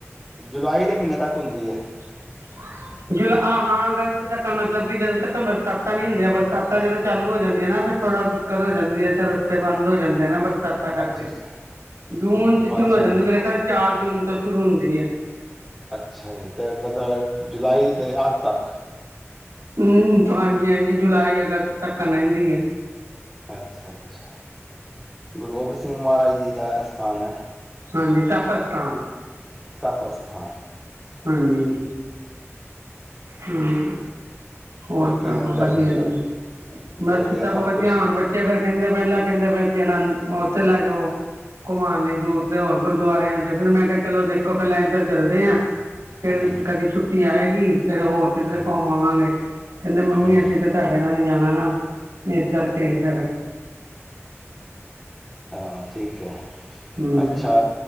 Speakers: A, in the centre; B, on the right.
A: ਜੁਲਾਈ ਦੇ ਮਹੀਨੇ ਤੱਕ ਹੁੰਦੀ ਹੈ
B: ਹਾਂ। ਜੁਲਾ ਹਾਂ ਅਗਸਤ ਤੱਕ ਮਤਲਬ ਕਿ ਜਦੋਂ ਤੱਕ ਬਰਸਾਤਾਂ ਨੀ ਹੁੰਦੀਆਂ ਬਰਸਾਤਾਂ ਜਦੋਂ ਚਾਲੂ ਹੋ ਜਾਂਦੀਆਂ ਨਾ ਫਿਰ। ਥੋੜਾ ਦਿੱਕਤ ਹੋ ਜਾਂਦੀ ਹੈ ਤੇ ਰਸਤੇ ਬੰਦ ਹੋ ਜਾਂਦੇ ਨਾ। ਬਰਸਾਤਾਂ ਕਰਕੇ
A: ਅੱਛਾ ਅੱਛਾ
B: ਜੂਨ ਚ ਸ਼ੁਰੂ
A: ਅੱਛਾ
B: ਹੋ ਜਾਂਦੀ ਹੈ। ਮੇਰਾ ਖਿਆਲ ਚਾਰ ਜੂਨ ਤੋਂ ਸ਼ੁਰੂ ਹੁੰਦੀ ਹੈ।
A: ਅੱਛਾ ਜੀ ਤੇ ਇਹ ਮਤਲਬ ਜੁਲਾਈ ਦੇ ਅੱਧ ਤੱਕ।
B: ਹੂੰ ਹਾਂਜੀ ਹਾਂਜੀ ਜੁਲਾਈ ਅਗਸਤ ਤੱਕ ਰਹਿੰਦੀ ਆ।
A: ਅੱਛਾ ਅੱਛਾ ਗੁਰੂ ਗੋਬਿੰਦ ਸਿੰਘ ਮਹਾਰਾਜ ਜੀ ਦਾ ਅਸਥਾਨ ਹੈ।
B: ਹਾਂਜੀ ਤਾਪ ਸਥਾਨ।
A: ਤਾਪ ਸਥਾਨ।
B: ਹਾਂਜੀ ਹਾਂ। ਹੋਰ ਸਭ
A: ਕੀ ਨਵੀਂ ਤਾਜ਼ੀ
B: ਵਧੀਆ
A: ਹੈ
B: ਜੀ
A: ਵਧੀਆ
B: ਬਸ ਸਭ ਵਧੀਆ
A: ਕੁਛ
B: ਹੁਣ ਬੇ। ਫੇਿਰ ਕਹਿੰਦੇ ਪਹਿਲਾਂ ਕਹਿੰਦੇ ਅਸੀਂ ਆਨੰਦ ਉੱਥੇ ਲੈ ਜਾਓ ਘੁਮਾਉਣ ਲਈ ਦੂਰ। ਹੋਰ ਗੁਰਦੁਆਰਿਆਂ ਚ ਫਿਰ ਮੈਂ ਕਿਹਾ ਚਲੋ ਦੇਖੋ ਪਹਿਲਾਂ ਇੱਧਰ ਚੱਲਦੇ ਹਾਂ ਫਿਰ
A: ਹੂੰ
B: ਵਿੱਚ ਕਦੀ ਛੁੱਟੀ। ਆਏਗੀ ਫਿਰ ਹੋਰ ਕਿਧਰੇ
A: ਹੂੰ
B: ਘੁੰਮ ਆਵਾਂਗੇ। ਕਹਿੰਦੇ ਮੰਮੀ
A: ਹੂੰ
B: ਅਸੀਂ ਤੇ ਤੁਹਾਡੇ ਨਾਲ ਹੀ ਜਾਣਾ ਨਾ ਇਸ ਕਰਕੇ ਫੇਿਰ।
A: ਹਾਂ ਠੀਕ ਹੈ।
B: ਹੂੰ
A: ਅੱਛਾ